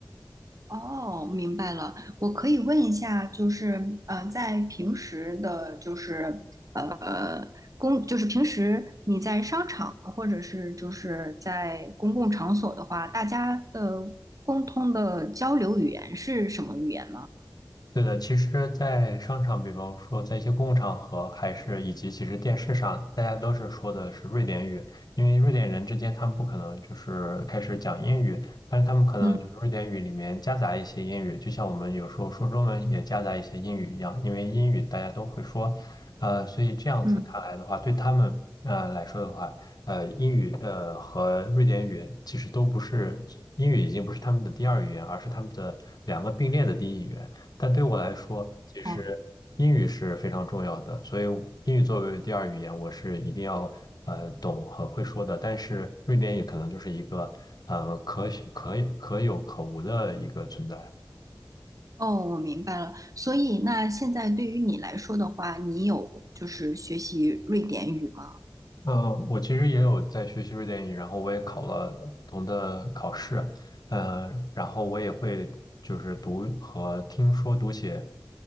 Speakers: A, on the right; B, on the left.
A: 哦，明白了。我可以问一下，就是呃，在平时的，就是呃公，就是平时你在商场或者是就是在公共场所的话，大家的共通的交流语言是什么语言吗？
B: 对的，其实，在商场，比方说在一些公共场合，还是以及其实电视上，大家都是说的是瑞典语，因为瑞典人之间他们不可能就是开始讲英语，但是他们可能就是瑞典语里面夹杂一些英语，
A: 嗯
B: 就像我们有时候说中文也夹杂一些英语一样，因为英语大家都会说，呃，所以这样子看来的话，
A: 嗯，
B: 对他们呃来说的话，呃，英语呃和瑞典语其实都不是，英语已经不是他们的第二语言，而是他们的两个并列的第一语言。但对我来说，其实英语是非常重要的，
A: 哦
B: 所以英语作为第二语言，我是一定要呃懂和会说的。但是瑞典语可能就是一个呃可可可有可无的一个存在。
A: 哦，我明白了。所以那现在对于你来说的话，你有就是学习瑞典语吗？
B: 呃，我其实也有在学习瑞典语，然后我也考了不同的考试，呃，然后我也会就是读和听说读写